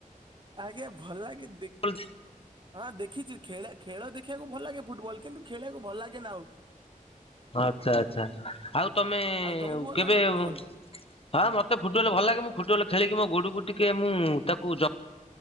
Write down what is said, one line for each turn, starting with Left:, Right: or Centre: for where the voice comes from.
Right: ଆଜ୍ଞା ଭଲ ଲାଗେ ଦେ
Left: ହୋଉଛି।
Right: ହଁ ଦେଖିଚି ଖେଳା ଖେଳ ଦେଖିବାକୁ ଭଲ ଲାଗେ ଫୁଟବଲ କିନ୍ତୁ ଖେଳିବାକୁ ଭଲ ଲାଗେ ନା ଆଉ।
Left: ହଁ ଆଛା ଆଛା ଆଉ ତମେ
Right: ଆଉ ତମକୁ ଭଲ
Left: କେବେ
Right: ଲାଗେ ଫୁଟବଲ
Left: ହଁ ମତେ ଫୁଟବଲ ଭଲ ଲାଗେ ମୁଁ ଫୁଟବଲ ଖେଳିକି ମୋ ଗୋଡକୁ ଟିକେ ମୁଁ ତାକ ଜ